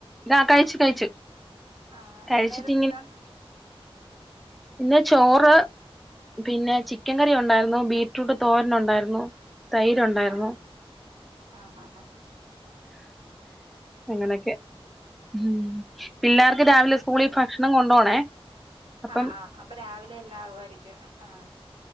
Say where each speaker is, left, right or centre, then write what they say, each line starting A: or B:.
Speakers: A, in the centre; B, on the right.
A: ആ കഴിച്ചു കഴിച്ചു-
B: ആ
A: കഴിച്ചിട്ട്
B: എന്നായിരുന്നു ഇന്ന്-
A: ഇന്ന്- ചോറ് പിന്നെ ചിക്കൻ കറി ഒണ്ടായിരുന്നു ബീറ്റ് രൂട്ട് തോരന് ഒണ്ടായിരുന്നു- തൈര് ഒണ്ടായിരുന്നു-
B: ആഹ് ആഹ് ഹ് ഹാ-
A: അങ്ങനൊക്കെ- ഉം പിള്ളാർക്ക് രാവിലെ സ്കൂളി ഭക്ഷണം കൊണ്ടോണേ. അപ്പം
B: ആഹ് ആഹ് അപ്പൊ രാവിലെ എല്ല ആവു ആയിരിക്കും ആഹ്